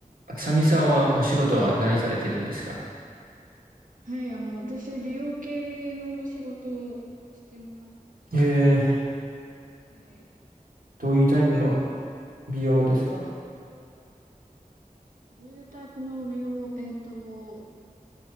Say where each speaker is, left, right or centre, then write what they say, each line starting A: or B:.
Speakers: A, on the right; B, on the right.
A: あさみさんはお仕事は何されてるんですか
B: はい、あの、私、美容系の仕事をしてます。
A: えー、
B: はい。
A: どういうタイプの美容ですか
B: どういうタイプの美容、えっと、